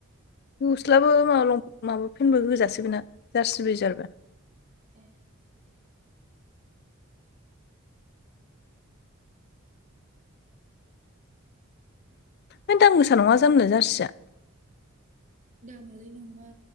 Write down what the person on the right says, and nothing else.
ए
दामालाय नङा